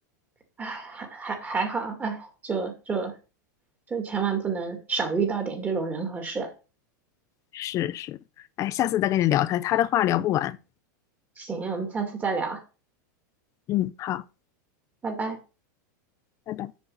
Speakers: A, on the right; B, on the left.
A: 哎，还还还好，哎，就就就千万不能少遇到点这种人和事。
B: 是是。哎，下次再跟你聊他，他的话聊不完。
A: 行，我们下次再聊。
B: 嗯，好，
A: 拜拜。
B: 拜拜。